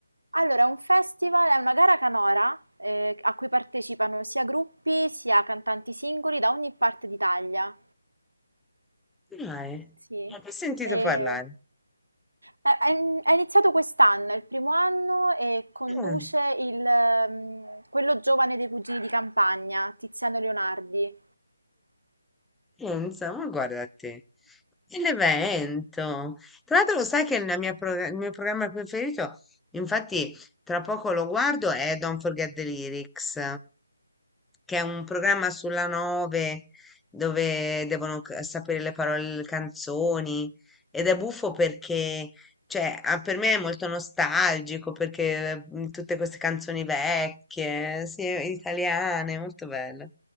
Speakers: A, on the right; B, in the centre.
A: Allora, è un festival, è una gara canora eh, a cui partecipano sia gruppi sia cantanti singoli da ogni parte d'Italia.
B: Dai,
A: Sì.
B: ne ho sentito
A: E
B: parlare.
A: Ha ha in ha iniziato quest'anno, è il primo anno e conduce
B: Mm.
A: il, ehm, quello giovane dei Cugini di Campagna, Tiziano Leonardi.
B: Pensa, ma guarda te. E L'evento. Tra l'altro lo sai che la mia progra- il mio programma preferito, infatti tra poco lo guardo, è Don't Forget the Lyrics, che è un programma sulla 9 dove devono c- sapere le parole, delle canzoni ed è buffo perché, cioè, ah, per me è molto nostalgico perché mm, tutte queste canzoni vecchie, sì, italiane, molto bello.